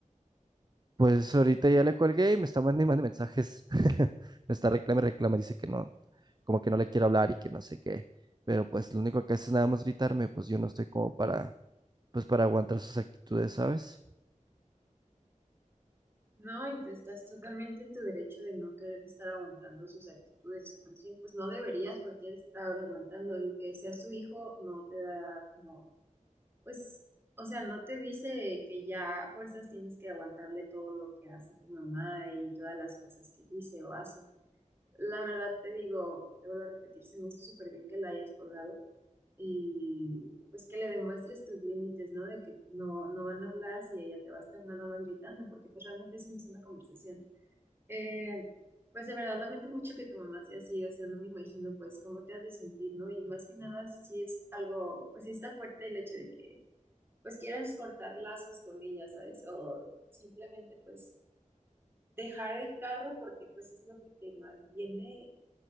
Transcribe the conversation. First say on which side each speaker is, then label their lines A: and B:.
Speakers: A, on the right; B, on the right.
A: Pues ahorita ya le colgué y me está mandando y mandando mensajes. <laughs> Me está reclama, y reclama, dice que no, como que no le quiero hablar y que no sé qué. Pero pues lo único que hace es nada más gritarme, pues yo no estoy como para, pues para aguantar sus actitudes, ¿sabes?
B: No, y te estás totalmente en tu derecho de no querer estar aguantando sus actitudes. Más bien, pues no deberías porque él está ahora aguantando. El que sea su hijo no te da como, pues, o sea, no te dice que ya a fuerzas tienes que aguantarle todo lo que hace tu mamá y todas las cosas que dice o hace. La verdad te digo, te vuelvo a repetir, se me hizo súper bien que la hayas colgado y pues que le demuestres tus límites, ¿no? De que pues, no, no van a hablar si ella te va a estar nada más gritando, porque pues realmente eso no es una conversación. Eh, pues de verdad lamento mucho que tu mamá sea así, o sea, no me imagino pues cómo te has de sentir, ¿no? Y más que nada sí es algo, pues sí está fuerte el hecho de que pues quieras cortar lazos con ella, ¿sabes? O simplemente pues dejar el carro porque pues es lo que te malviene